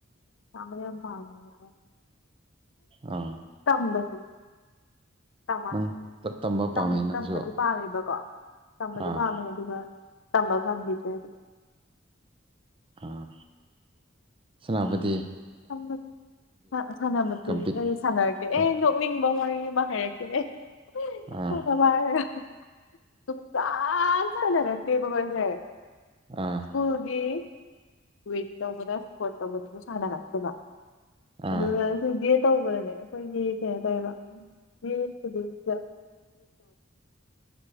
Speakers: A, on the left; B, on the right.
A: ꯄꯥꯝꯕꯗꯤ ꯌꯥꯝ ꯄꯝꯈꯤꯅꯦ
B: ꯑꯥ
A: ꯇꯝꯕꯁꯦ ꯇꯝꯃꯛ
B: ꯅꯪ ꯇ- ꯇꯝꯕ
A: ꯇꯝ
B: ꯄꯥꯝꯃꯦ ꯅꯪꯁꯨ
A: ꯇꯝꯕꯗꯤ ꯄꯥꯝꯃꯦꯕꯀꯣ ꯇꯝꯕꯗꯤ
B: ꯑꯥ
A: ꯄꯥꯝꯃꯦ ꯑꯗꯨꯒ ꯇꯝꯕ ꯐꯪꯈꯤꯗꯔꯦ
B: ꯑꯥ ꯁꯅꯥꯕꯗꯤ
A: ꯁꯝꯕꯗꯤ ꯁꯥꯟꯅꯕꯗꯤ
B: ꯀꯝꯄꯤꯠ
A: ꯑꯩ ꯁꯥꯟꯅꯔꯛꯇꯦ
B: ꯀ-
A: ꯑꯦ
B: ꯀ-
A: ꯅꯣꯛ ꯃꯤꯡꯕ ꯋꯔꯤ ꯑꯃꯥ ꯍꯥꯏꯔꯛꯀꯦꯅꯦ <unintelligible>
B: ꯑꯥ
A: ꯁꯨꯡꯁꯥ ꯁꯥꯟꯅꯔꯜꯇꯦ <unintelligible>
B: ꯑꯥ
A: ꯁꯀꯨꯜꯒꯤ ꯋꯤ ꯇꯧꯕꯗ ꯏꯁꯄꯣꯔꯠ ꯇꯧꯕꯗꯁꯨ ꯁꯥꯟꯅꯔꯛꯇꯦꯕ
B: ꯑꯥ
A: ꯑꯗꯨꯒ ꯍꯧꯖꯤꯛꯇꯤ ꯇꯧꯕꯗꯖꯦ ꯑꯩꯈꯣꯏꯒꯤ ꯀꯩ ꯍꯥꯏꯇꯥꯔꯦꯀꯣ 'inaudible'